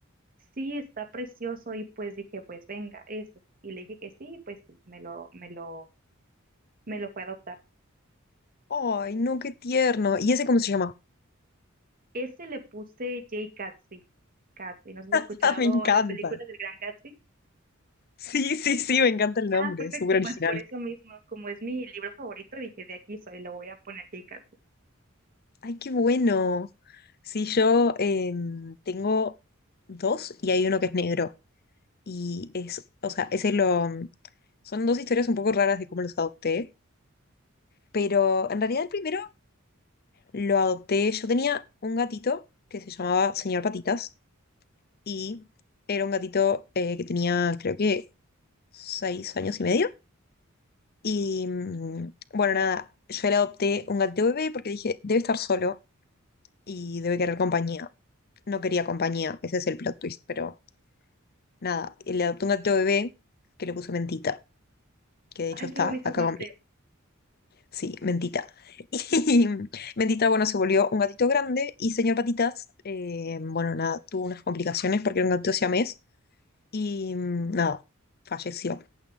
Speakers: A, on the right (about 45°); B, on the left (about 45°).
A: sí, está precioso, y pues dije, pues venga, ese. Y le dije que sí, pues sí, me lo, me lo, me lo fue a adoptar.
B: Ay, no, qué tierno. ¿Y ese cómo se llama?
A: Ese le puse Jay Gatsby, Gatsby, no sé si
B: <laughs>
A: has escuchado
B: Ah, me encanta.
A: la película del Gran Gatsby.
B: Sí, sí, sí, me encanta el nombre,
A: Ah, perfecto,
B: es súper original.
A: pues por eso mismo, como es mi libro favorito, dije de aquí soy, lo voy a poner Yeikatu.
B: Ay, qué bueno. Sí, yo em, tengo dos y hay uno que es negro. Y es, o sea, ese lo, Son dos historias un poco raras de cómo los adopté, pero en realidad el primero lo adopté. Yo tenía un gatito que se llamaba Señor Patitas y era un gatito eh, que tenía creo que seis años y medio. Y mm, bueno, nada, yo le adopté un gatito bebé porque dije, debe estar solo y debe querer compañía. No quería compañía, ese es el plot twist, pero nada, le adopté un gatito bebé que le puse Mentita, que de
A: Ay,
B: hecho está
A: qué bonitos
B: acá
A: nombres.
B: conmigo. Sí, mentita. <laughs> Y mentita, bueno, se volvió un gatito grande y señor Patitas, eh, bueno, nada, tuvo unas complicaciones porque era un gatito siamés y mm, nada, falleció.